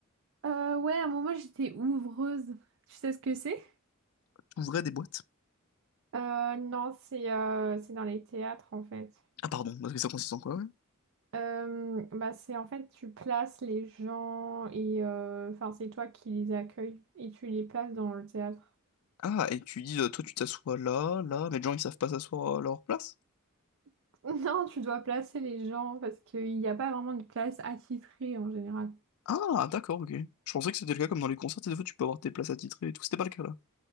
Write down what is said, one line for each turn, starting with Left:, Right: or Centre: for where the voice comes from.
Right: Euh, ouais, à un moment, j'étais ouvreuse. Tu sais ce que c'est?
Left: T'ouvrais des boîtes?
Right: Euh, non, c'est euh, c'est dans les théâtres en fait.
Left: Ah pardon, parce que ça consiste en quoi, ouais?
Right: Euh, bah c'est en fait tu places les gens et euh, enfin c'est toi qui les accueilles et tu les places dans le théâtre.
Left: Ah, et tu dis, euh, toi tu t'assois là, là, mais les gens ils savent pas s'asseoir à leur place?
Right: <laughs> Non, tu dois placer les gens parce qu'il n'y a pas vraiment de place attitrée en général.
Left: Ah, d'accord, ok. Je pensais que c'était le cas comme dans les concerts, des fois tu peux avoir tes places attitrées et tout. C'était pas le cas là.